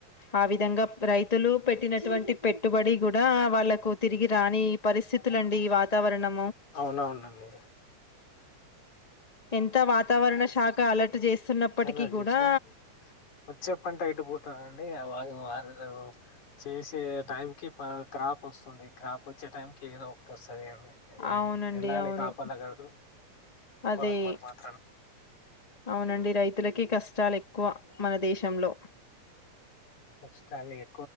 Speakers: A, on the left; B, on the left.
A: ఆ విధంగా రైతులు పెట్టినటువంటి పెట్టుబడి కూడా వాళ్ళలకు తిరిగి రాని పరిస్థితులు అండి ఈ వాతావరణం
B: అవునవునండి
A: ఎంత వాతావరణ శాఖ అలర్ట్ చేస్తున్నప్పటికీ
B: అలర్ట్
A: కూడా
B: చేసిన వచ్చే పంటే ఎటు పోతదండి వాళు వాళ్ళు చేసే టైం కి క్రాప్ వస్తుంది క్రాప్ వచ్చే టైంకి ఏదో ఒకటి వస్తుంది అదే అ
A: అవునండి
B: ఎలానే
A: అవును
B: కాపాలాగదు
A: అదే
B: ఫార్మర్ మార్
A: అవునండి రైతులకి కష్టాలు ఎక్కువ మన దేశంలో
B: <unintelligible>